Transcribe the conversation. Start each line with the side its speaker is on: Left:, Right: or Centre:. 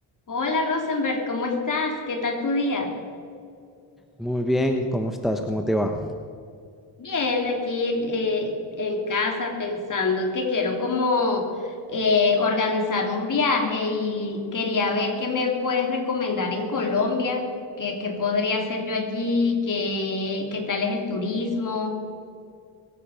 Left: Hola Rosenberg, ¿cómo estás? ¿Qué tal tu día?
Centre: Muy bien, ¿cómo estás? ¿Cómo te va?
Left: Bien, aquí eh, en casa pensando que quiero como eh, organizar un viaje y quería ver qué me puedes recomendar en Colombia, qué, qué podría hacer yo allí, qué, qué tal es el turismo.